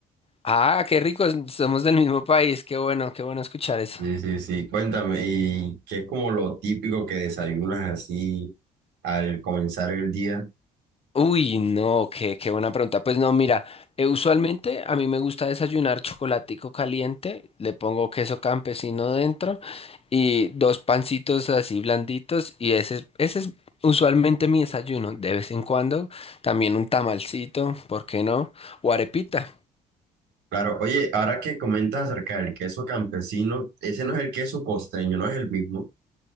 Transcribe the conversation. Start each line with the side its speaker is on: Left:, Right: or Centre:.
Left: Ah, qué rico, somos del mismo país, qué bueno, qué bueno escuchar eso.
Right: Sí, sí, sí. Cuéntame, ¿y qué es como lo típico que desayunas así al comenzar el día?
Left: Uy, no, qué, qué buena pregunta. Pues no, mira, eh, usualmente a mí me gusta desayunar chocolatico caliente, le pongo queso campesino dentro y dos pancitos así blanditos y ese, ese es usualmente mi desayuno. De vez en cuando también un tamalcito, ¿por qué no? O arepita.
Right: Claro, oye, ahora que comentas acerca del queso campesino, ese no es el queso costeño, no es el mismo.